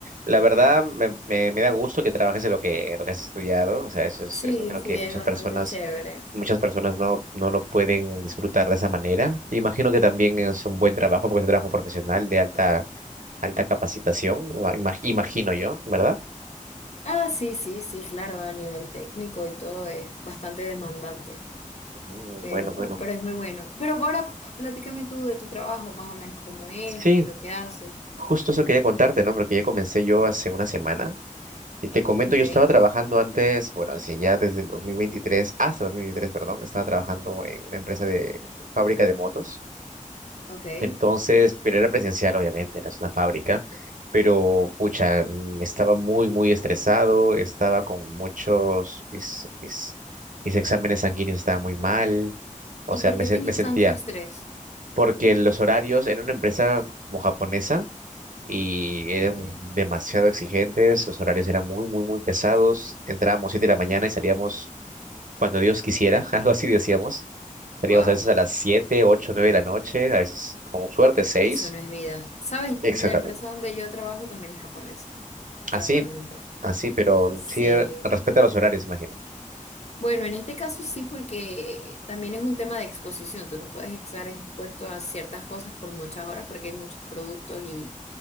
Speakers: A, on the right (about 70°); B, on the left (about 50°).
A: La verdad, me, me, me da gusto que trabajes en lo que, en lo que has estudiado. O sea, eso es,
B: Sí,
A: eso creo
B: sí,
A: que muchas
B: es bastante
A: personas,
B: chévere.
A: muchas personas no, no lo pueden disfrutar de esa manera. Imagino que también es un buen trabajo, porque es un trabajo profesional de alta, alta capacitación, ma- ima- imagino yo, ¿verdad?
B: Ah, sí, sí, sí, claro, a nivel técnico y todo es bastante demandante,
A: Mm,
B: pero,
A: Bueno, bueno.
B: pero es muy bueno. Pero ahora platícame tú de tu trabajo, más o menos cómo es,
A: Sí,
B: qué es lo que haces.
A: justo eso quería contarte, ¿no? Porque ya comencé yo hace una semana. Y te comento,
B: Ok,
A: yo estaba trabajando antes, bueno, así ya desde el 2023, hasta 2023, perdón, estaba trabajando en una empresa de fábrica de motos.
B: ok.
A: Entonces, pero era presencial, obviamente, era una fábrica. Pero, pucha, mm, estaba muy, muy estresado, estaba con muchos, mis, mis, mis exámenes sanguíneos estaban muy mal. O
B: ¿Y
A: sea,
B: por
A: me,
B: qué
A: se-
B: tenías
A: me sentía,
B: tanto estrés?
A: porque los horarios, era una empresa como japonesa, y eran
B: Ok,
A: demasiado exigentes, los horarios eran muy, muy, muy pesados, entrábamos 7 de la mañana y salíamos cuando Dios quisiera, <laughs> algo así decíamos, salíamos
B: wow,
A: a veces a las 7 8 9 de la noche, a veces con suerte 6
B: eso no es vida. ¿Sabes?
A: exactamente,
B: La empresa donde yo trabajo también es japonesa,
A: así,
B: casualmente.
A: así, pero
B: Sí.
A: sí eh, respeta los horarios, imagino.
B: Bueno, en este caso sí, porque también es un tema de exposición. Tú no puedes estar expuesto a ciertas cosas por muchas horas porque hay muchos productos y,